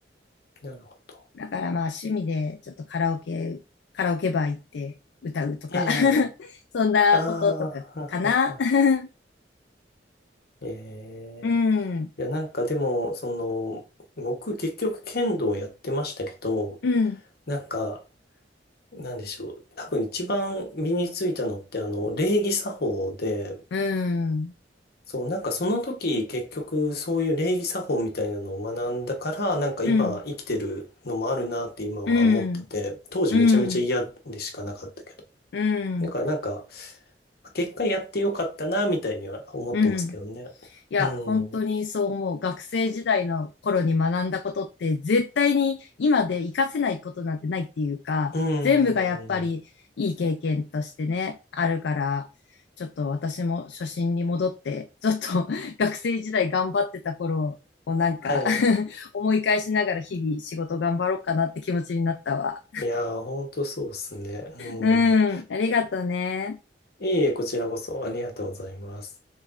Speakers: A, on the left (about 60°); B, on the left (about 75°).
A: なるほど。
B: う。だからまあ、趣味でちょっとカラオケ、カラオケバー行って歌うとか
A: ええ。
B: <laughs> そんなこととかかな。
A: ああ、ははは。
B: <laughs>
A: ええ。
B: うん。
A: いや、なんかでも、その、僕結局剣道をやってましたけど、
B: うん。
A: なんか、なんでしょう。多分一番身についたのって、あの、礼儀作法で、
B: うん。
A: そう、なんかその時結局そういう礼儀作法みたいなのを学んだから、なんか今生きてるのもあるなって今は思ってて、
B: うん。うん。
A: 当時めちゃめちゃ嫌でしかなかったけど。
B: うん。うん。
A: だからなんか、結果やってよかったなみたいには思ってますけどね。
B: うん。いや、
A: う
B: 本当にそう思う。
A: ん。
B: 学生時代の頃に学んだことって絶対に今で活かせないことなんてないっていうか、
A: うん。
B: 全部がやっぱりいい経験としてね、あるから、ちょっと私も初心に戻って、ちょっと <laughs> 学生時代頑張ってた頃をなんか
A: はい。
B: <laughs> 思い返しながら日々仕事頑張ろうかなって気持ちになったわ。
A: いやー、ほんとそうっすね。うん。
B: うん、ありがとね。
A: いえいえ、こちらこそありがとうございます。